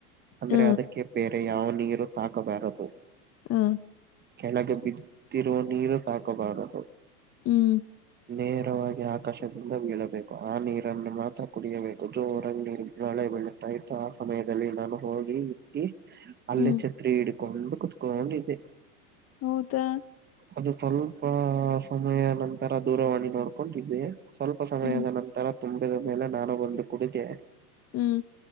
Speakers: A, on the right; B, on the left.
A: ಅಂದ್ರೆ
B: ಹ
A: ಅದಕ್ಕೆ ಬೇ ರೇ ಯಾವ ನೀರು ತಾಕಬಾರದು
B: ಹಾ
A: ಕೆಳಗೆ ಬಿದ್ದಿರುವ ನೀರು ತಾಕಬಾರದು
B: ಹ್ಮ್
A: ನೇರವಾಗಿ ಆಕಾಶದಿಂದ ಬೀಳಬೇಕು ಆ ನೀರನ್ನು ಮಾತ್ರ ಕುಡಿಯಬೇಕು ಜೋರಂಗ್ ಮಳೆ ಬೀಳುತ್ತಾ ಇತ್ತು ಆ ಸಮಯದಲ್ಲಿ ನಾನು ಹೋಗಿ ಇಟ್ಟಿ ಅಲ್ಲೇ
B: ಹ್ಮ್
A: ಛತ್ರಿ ಹಿಡ್ಕೊಂಡು ಕುತ್ಕೊಂಡಿದ್ದೆ
B: ಹೌದಾ
A: ಅದು ಸ್ವಲ್ಪ ಸಮಯ ನಂತರ ದೂರವಾಣಿ ನೋಡ್ಕೊಂಡಿದ್ದೆ. ಸ್ವಲ್ಪ ಸಮಯದ
B: ಹ್ಮ್
A: ನಂತರ ತುಂಬಿದ ಮೇಲೆ ನಾನು ಬಂದು ಕುಡಿದೆ.
B: ಹ್ಮ್